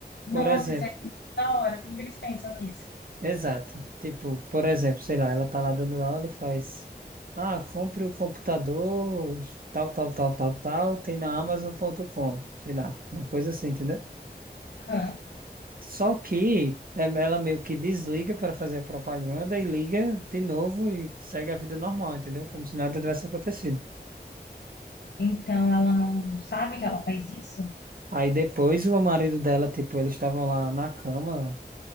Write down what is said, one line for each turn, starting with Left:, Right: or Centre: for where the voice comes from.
Left: nossa,
Right: Por exemplo,
Left: isso é da hora. Como que eles pensam nisso?
Right: exato. Tipo, por exemplo, sei lá, ela tá lá dando aula e faz. Ah, compre o computador, tal, tal, tal, tal, tal, tem na Amazon.com, sei lá, uma coisa assim, entendeu?
Left: Aham.
Right: Só que é, ela meio que desliga para fazer a propaganda e liga de novo e segue a vida normal, entendeu? Como se nada tivesse acontecido.
Left: Então ela não sabe que ela faz isso?
Right: Aí depois o marido dela, tipo, eles estavam lá na cama